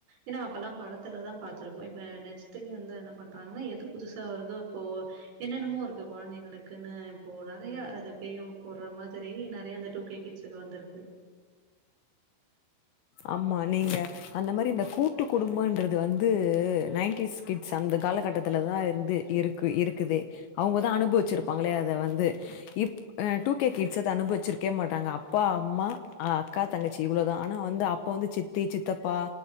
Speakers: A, on the right (about 60°); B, on the left (about 75°).
A: ஏன்னா அப்ப எல்லாம் படத்துலதான் பாத்திருப்போம் இப்ப நெஜத்தலயும் வந்து என்ன பண்றாங்கன்னா எது புதுசா வருதோ இப்போ என்னென்னமோ இருக்கு குழந்தைங்களுக்குன்னு இப்போ நெறைய அது பெரியவங்க போடுற மாதிரி நெறைய அந்த டூ கே கிட் ட்ஸ்க்கு வந்திருக்கு
B: ஆமா நீங்க அந்த மாறி இந்த கூ ட்டு குடும்பன்றது வந்து நைன்டிஸ் கிட்ஸ் அந்த காலகட்டத்தில் தான் இருந்து இருக்கு இருக்குது அவங்கதான் அனுபவிச்சிருப்பாங்களே அத வந்து இப் அ டூ கே கிட்ஸ் அத அனுபவிச்சிருக்கவே மாட்டாங்க அப்பா அம்மா அக்கா தங்கச்சி இவ்ளோதான் ஆனா வந்து அப்ப வந்து சித்தி சித்தப்பா